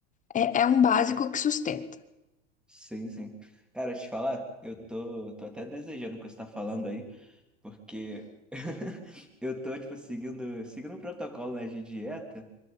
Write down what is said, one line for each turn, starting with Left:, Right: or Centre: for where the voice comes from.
Left: É, é um básico que sustenta.
Centre: Sim, sim. Cara, te falar, eu tô, tô até desejando o que você tá falando aí. Porque <laughs> eu tô, tipo, seguindo, seguindo um protocolo, né, de dieta